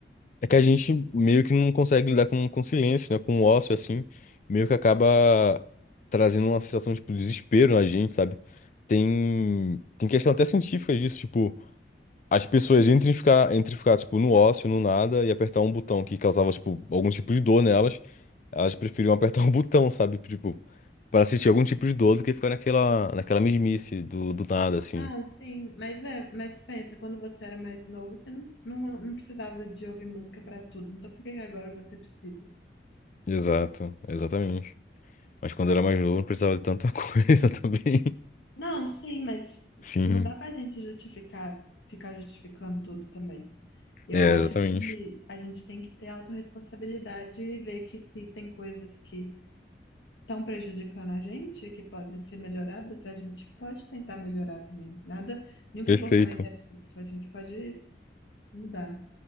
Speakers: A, on the left (about 45°); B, on the left (about 90°).
A: É que a gente meio que não consegue lidar com, com silêncio, né? Com o ócio, assim. Meio que acaba trazendo uma sensação, tipo, de desespero na gente, sabe? Tem, tem questão até científica disso, tipo, as pessoas entre ficar, entre ficar, tipo, no ócio, no nada, e apertar um botão que causava, tipo, algum tipo de dor nelas, elas preferiam apertar <laughs> um botão, sabe? Tipo, para sentir algum tipo de dor do que ficar naquela, naquela mesmice do, do nada, assim.
B: Não, sim, mas é, mas pensa, quando você era mais novo, você não, não, não precisava de ouvir música pra tudo. Então por que que agora você precisa?
A: Exato, exatamente. Mas quando eu era mais novo, não precisava de tanta <laughs> coisa também.
B: Não, sim, mas
A: Sim,
B: não dá pra gente justificar, ficar justificando tudo também. Eu
A: é,
B: acho
A: exatamente.
B: que a gente tem que ter autorresponsabilidade e ver que se tem coisas que estão prejudicando a gente, que podem ser melhoradas, a gente pode tentar melhorar também. Nada, nenhum
A: Perfeito.
B: comportamento é fixo, a gente pode mudar.